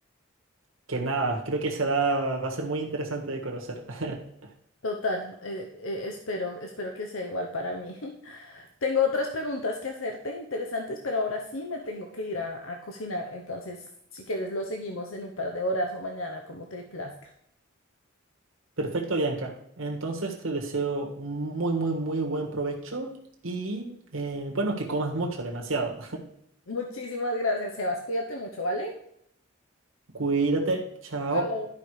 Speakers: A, on the right; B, on the left.
A: que nada, creo que esa edad va a ser muy interesante de conocer. <laughs>
B: Total, eh, eh, espero, espero que sea igual para mí. <laughs> Tengo otras preguntas que hacerte interesantes, pero ahora sí me tengo que ir a, a cocinar. Entonces, si quieres, lo seguimos en un par de horas o mañana, como te plazca.
A: Perfecto, Bianca. Entonces te deseo un muy, muy, muy buen provecho y eh, bueno, que comas mucho, demasiado.
B: Muchísimas gracias, Sebas. Cuídate mucho, ¿vale?
A: <laughs> Cuídate, chao.
B: Chao.